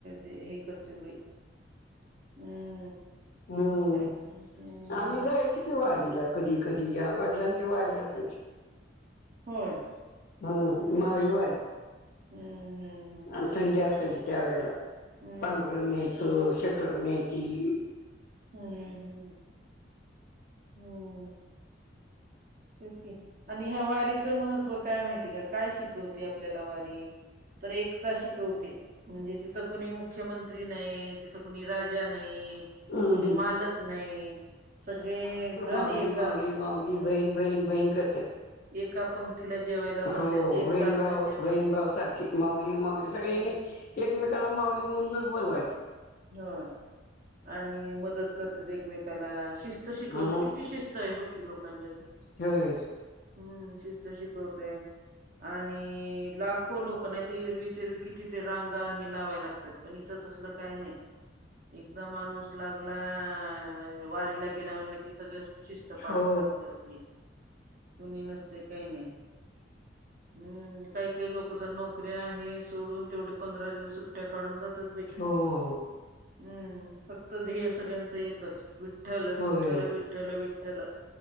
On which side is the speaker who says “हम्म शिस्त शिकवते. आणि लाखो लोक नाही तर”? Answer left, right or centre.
Right